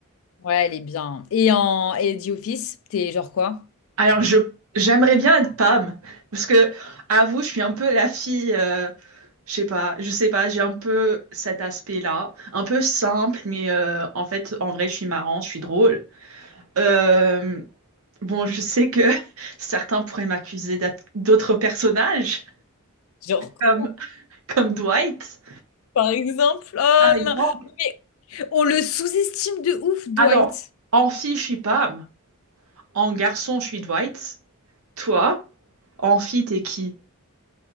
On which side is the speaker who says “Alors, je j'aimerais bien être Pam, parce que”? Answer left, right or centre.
Right